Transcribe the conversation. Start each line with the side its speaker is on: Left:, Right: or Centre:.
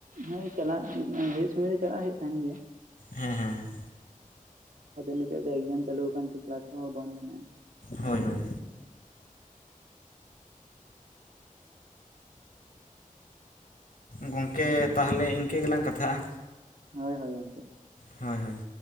Right: ᱦᱮᱸ ᱪᱟᱞᱟᱜ ᱦᱩᱭᱩᱜ ᱥᱩᱢᱟᱭ ᱨᱮ ᱪᱟᱞᱟᱜ ᱦᱩᱭᱩᱜ ᱛᱟᱦᱮᱱ ᱜᱮᱭᱟ
Left: ᱦᱮᱸ ᱦᱮᱸ ᱦᱮᱸ
Right: ᱟᱫᱚ ᱱᱤᱛᱚᱜ ᱫᱚ ᱮᱠᱡᱟᱢ ᱪᱟᱹᱞᱩ ᱟᱠᱟᱱ ᱛᱮ ᱠᱞᱟᱥ ᱠᱚᱦᱚᱸ ᱵᱚᱱ ᱦᱮᱱᱟᱜ-ᱟ
Left: ᱦᱳᱭ ᱦᱳᱭ ᱦᱳᱭ ᱜᱚᱝᱠᱮ ᱛᱟᱦᱞᱮ ᱤᱝᱠᱟᱹ ᱜᱮᱞᱟᱝ ᱠᱟᱛᱷᱟᱜᱼᱟ
Right: ᱦᱳᱭ ᱦᱳᱭ ᱜᱚᱝᱠᱮ
Left: ᱦᱳᱭ ᱦᱳᱭ